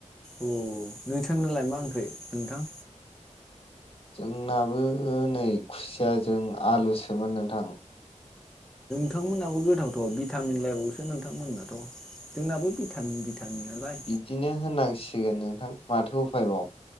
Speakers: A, in the centre; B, on the left (about 45°).
A: अ नोंथां नालाय मा ओंख्रि नोंथां?
B: जोंनाबो नै खुसियाजों आलुसोमोन नोंथां। <unintelligible>
A: नोंथांमोनाबो गोथावथ' भिटामिन लायबावसो नोंथांमोननाथ' जोंनाबो भिटामिन। भिटामिन नालाय
B: बिदिनो होननांसिगोन नोंथां माथो उफायबाव